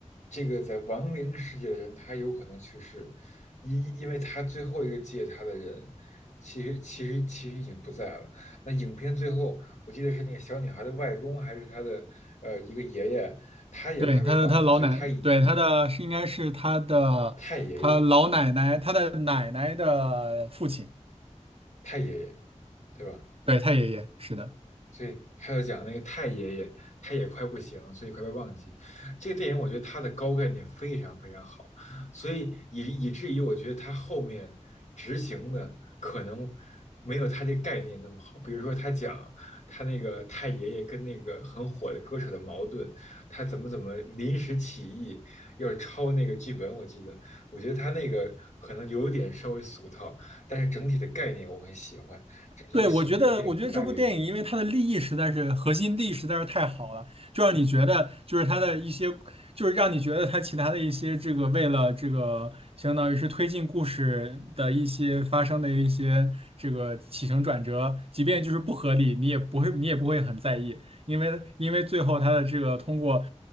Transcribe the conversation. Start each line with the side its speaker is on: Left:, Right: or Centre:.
Left: 这个在亡灵世界的人，他有可能去世，因因为他最后一个接他的人，其实其实其实已经不在了。那影片最后，我记得是那个小女孩的外公还是她的呃一个爷爷，他也快被忘记，
Right: 对，他的他老奶，
Left: 所以他以
Right: 对，他的是应该是他的他老奶奶，
Left: 太爷爷，嗯，
Right: 他的奶奶的父亲，
Left: 太爷爷，对吧？
Right: 对，他爷爷，是的。
Left: 所以他要讲那个太爷爷，他也快不行了，所以快被忘记。这个电影我觉得它的高概念非常非常好，所以以以至于我觉得他后面执行的可能没有他这概念那么好。比如说他讲他那个太爷爷跟那个很火的歌手的矛盾，他怎么怎么临时起意要抄那个剧本，我记得，我觉得他那个可能有点稍微俗套，但是整体的概念我很喜欢，这是我喜欢这个电影最大原因。
Right: 对，我觉得，我觉得这部电影，因为它的利益实在是核心利益实在是太好了，就让你觉得，就是它的一些，就是让你觉得它其他的一些这个为了这个，相当于是推进故事的一些发生的一些这个起承转折，即便就是不合理，你也不会，你也不会很在意，因为因为最后它的这个通过。